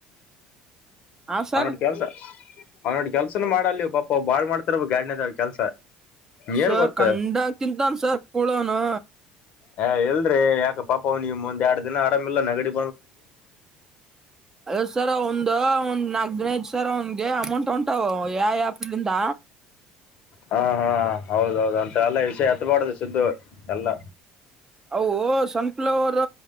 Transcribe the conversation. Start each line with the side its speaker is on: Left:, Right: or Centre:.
Right: ಹಾ ಸರ್
Left: ಅವ ನೋಡಿ ಕೆಲ್ಸ ಅವ್ ನೋಡಿ ಕೆಲ್ಸನ ಮಾಡ ಅಲ್ವ ಪಾಪ ಬಾಳ್ ಮಾಡತಾರ ನೋಡು ಎರಡನೆದವಾ ಕೆಲ್ಸ
Right: ಸರ್
Left: ಏನ್ ಗೊತ್ತ
Right: ಕಂಡಗ್ ತಿಂತಾನ ಸರ್ ಕುೂಡೋನು
Left: ಹ ಎಲ್ರಿ ಯಾಕ ಪಾಪ ನಿಮ್ ಒಂದ್ ಎರಡ್ ದಿನ ಆರಾಮ ಇಿಲ್ಲ ನಗಡಿ
Right: ಅ ಸರ ಒಂದ ಒಂದ್ ನಾಕ್ ದಿನ ಸರ್ ಅವನ್ಗೆ ಅಮೌಂಟ್ ಉಂಟಾವ ಯಾವ ಯಾಪಲಿಂದ
Left: ಹಾ ಹಾ ಹೌದ ಹೌದ ಅಂತವೆಲ್ಲಾ ವಿಷಯ ಎತ್ಬಾರಡ್ದು ಸಿದ್ದು ಎಲ್ಲಾ.
Right: ಅವು ಸನ್ಫ್ಲವರ್